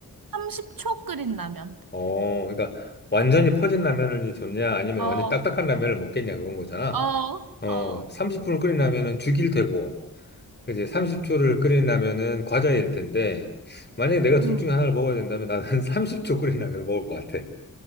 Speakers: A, on the right; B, on the left.
A: 30초 끓인 라면.
B: 어 그러니까 완전히 퍼진 라면이 좋냐 아니면
A: 어,
B: 완전 히 딱딱한 라면을 먹겠냐 그건 거잖아
A: 어,
B: 어
A: 어.
B: 30분을 끓인 라면은 죽일 테고 이제 30초를 끓인다면은 과자일 텐데, 만약에 내가 둘
A: 음.
B: 중에 하나를 먹어야 된다면 나는 <laughs> 30초 끓인 라면을 먹을 것 같아.